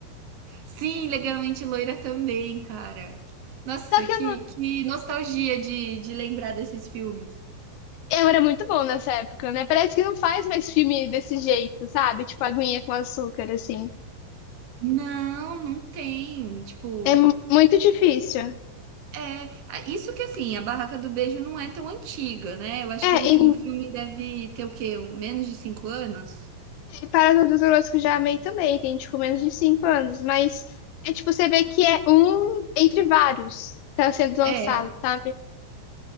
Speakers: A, on the right (about 80°); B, on the left (about 80°).
A: Sim, Legalmente Loira também, cara. Nossa,
B: Só que
A: que,
B: eu não...
A: que nostalgia de, de lembrar desses filmes.
B: Eu era muito bom nessa época, né? Parece que não faz mais filme desse jeito, sabe? Tipo, aguinha com açúcar, assim.
A: Não, não tem. Tipo,
B: É mu- muito difícil.
A: É, a- isso que assim, a Barraca do Beijo não é tão antiga, né? Eu acho
B: É,
A: que o último
B: e,
A: filme deve ter o quê? Um- Menos de cinco anos?
B: e Parada dos Horrores que eu já amei também. Tem, tipo, menos de 5 anos. Mas é, tipo, você vê que é um entre vários que tá sendo lançado,
A: É,
B: sabe?